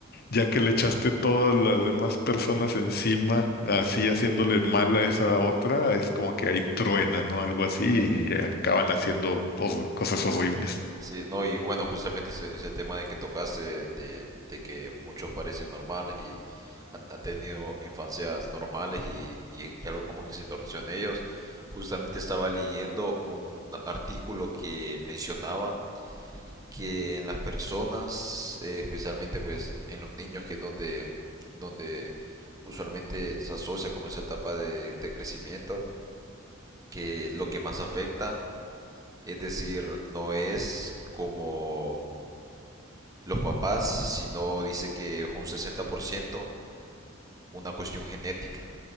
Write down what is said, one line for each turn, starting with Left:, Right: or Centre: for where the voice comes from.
Left: Ya que le echaste todas las demás personas encima, así haciéndole mal a esa otra, es como que ahí truena, ¿no? Algo así y acaban haciendo hor- cosas horribles.
Right: Sí, no, y bueno, justamente ese, ese tema de que tocaste, de, de que muchos parecen normales y han, han tenido infancias normales y, y, y algo como que se torció en ellos. Justamente estaba leyendo un artículo que mencionaba que en las personas, eh, especialmente pues en los niños, que es donde, en donde usualmente se asocia como esa etapa de, de crecimiento, que lo que más afecta, es decir, no es como los papás, sino dice que es un 60%, una cuestión genética.